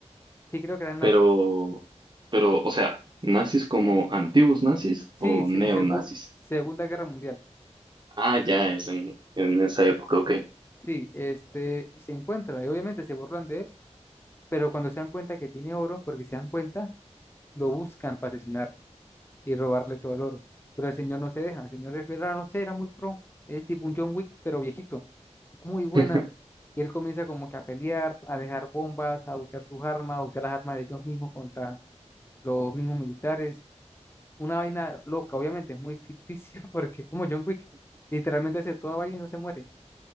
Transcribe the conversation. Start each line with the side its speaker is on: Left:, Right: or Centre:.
Left: Sí, creo que eran
Right: pero,
Left: nazis.
Right: pero, o sea, nazis como antiguos nazis
Left: Sí,
Right: o
Left: se-
Right: neonazis.
Left: segu- Segunda Guerra Mundial.
Right: Ah, ya es en, en esa época, ok.
Left: Sí, este, y se encuentra, y obviamente se burlan de él, pero cuando se dan cuenta que tiene oro, porque se dan cuenta, lo buscan para asesinar y robarle todo el oro. Pero el señor no se deja, el señor es, era, no sé, era muy pro, es tipo un John Wick, pero viejito, muy buena.
Right: <laughs>
Left: Y él comienza como que a pelear, a dejar bombas, a usar sus armas, a usar las armas de ellos mismos contra los mismos militares. Una vaina loca, obviamente, es muy ficticia <laughs> porque es como John Wick literalmente hace toda vaina y no se muere.